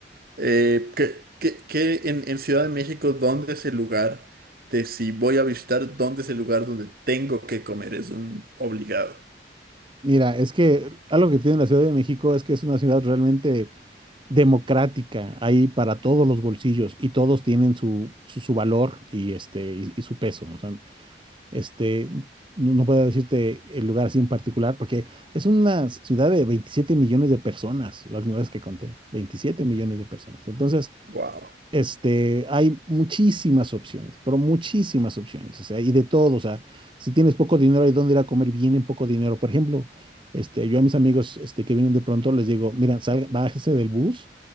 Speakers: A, on the right; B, on the right.
A: Eh, ¿qué, qué- qué en, en Ciudad de México, dónde es el lugar de si voy a visitar, dónde es el lugar donde tengo que comer? Es un obligado.
B: Mira, es que algo que tiene la Ciudad de México es que es una ciudad realmente democrática, hay para todos los bolsillos y todos tienen su, su, su valor y, este, y, y su peso. O sea, este, no, no puedo decirte el lugar así en particular porque es una ciudad de 27 millones de personas, las nuevas que conté, 27 millones de personas. Entonces,
A: Wow.
B: este, hay muchísimas opciones, pero muchísimas opciones, o sea, y de todo, o sea, si tienes poco dinero, hay dónde ir a comer bien en poco dinero. Por ejemplo, este, yo a mis amigos, este, que vienen de pronto les digo, miren, salga, bájese del bus